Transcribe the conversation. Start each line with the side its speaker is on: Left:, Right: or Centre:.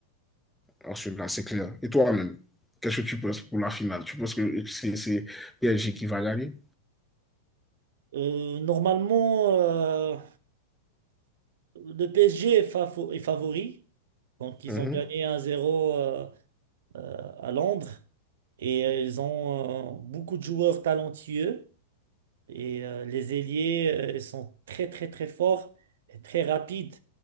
Centre: l'Arsenal, c'est clair. Et toi-même, qu'est-ce que tu penses pour la finale Tu penses que c'est PSG qui va gagner
Right: Euh, normalement, euh, le PSG est, favo- est favori. Donc, ils
Centre: mm -hmm,
Right: ont gagné 1-0 euh, euh, à Londres et euh, ils ont euh, beaucoup de joueurs talentueux. Et euh, les ailiers euh, ils sont très très très forts et très rapides.